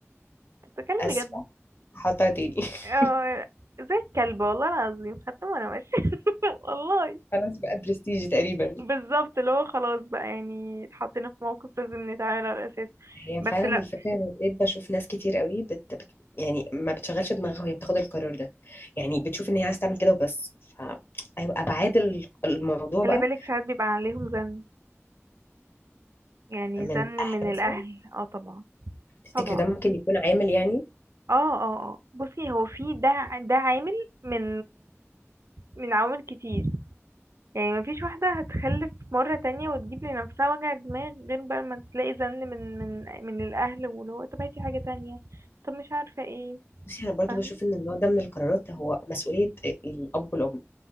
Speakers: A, on the right; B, on the left.
A: أنت بتتكلم
B: اسفه
A: بجد
B: هحطها تاني <laughs>
A: اه زي الكلب والله العظيم خدته وانا ماشية <laughs> والله
B: خلاص بقى برستيج تقريبا
A: بالظبط اللي هو خلاص بقى يعني اتحطينا في موقف لازم نتعامل على الأساس
B: هي
A: بس
B: فعلا
A: لا
B: الفكره انا بقيت بشوف ناس كتير قوي بت... بت... يعني ما بتشغلش دماغها وهي بتاخد القرار ده يعني بتشوف ان هي عايزه تعمل كده وبس ف ايوه ابعاد ال- الموضوع
A: خلي
B: بقى
A: بالك ساعات بيبقى عليهم زن يعني
B: من
A: زن من
B: اهل
A: الأهل
B: مثلا
A: اه طبعا
B: تفتكر
A: طبعا
B: ده ممكن يكون عامل يعني
A: اه اه اه بصي هو في ده ع- ده عامل من من عوامل كتير يعني مفيش واحدة هتخلف مرة تانية وتجيب لنفسها وجع دماغ غير بقى ما تلاقي زن من من من الأهل واللي هو طب هاتي حاجة تانية طب مش عارفة ايه
B: بصي انا برضو
A: فاهمة
B: بشوف ان النوع ده من القرارات هو مسؤوليه الاب والام